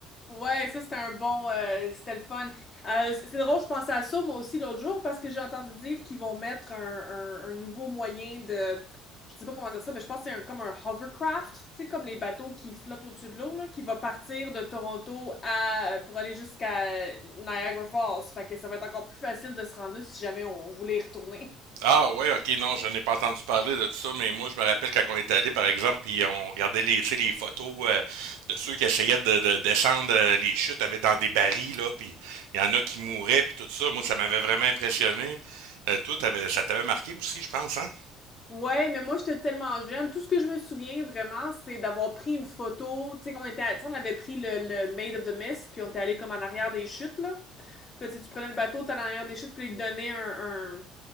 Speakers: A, on the left; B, on the right.
A: Ouais, ça c'était un bon, euh, c'était le fun. Euh, c'est c'est drôle, je pensais à ça moi aussi l'autre jour parce que j'ai entendu dire qu'ils vont mettre un, un- un nouveau moyen de, je sais pas comment dire ça, mais je pense que c'est un- comme un hovercraft, tu sais, comme les bateaux qui flottent au-dessus de l'eau, là, qui va partir de Toronto à, pour aller jusqu'à Niagara Falls. Fait que ça va être encore plus facile de se rendre là si jamais on voulait y retourner.
B: Ah ouais, ok, non, je n'ai pas entendu parler de tout ça, mais moi je me rappelle quand on est allé, par exemple, puis on regardait les, tu sais, les photos euh, de ceux qui essayaient de, de descendre euh, les chutes avec dans des barils, là, puis il y en a qui mouraient, puis tout ça. Moi, ça m'avait vraiment impressionné. Euh, toi, t'avais- ça t'avait marqué aussi, je pense, hein?
A: Ouais, mais moi, j'étais tellement jeune. Tout ce que je me souviens vraiment, c'est d'avoir pris une photo. Tu sais, qu'on était, à- tu sais, on avait pris le, le Maid of the Mist, puis on était allé comme en arrière des chutes, là. Puis là, tu sais, tu prenais le bateau, t'allais en arrière des chutes, puis ils te donnaient un, un,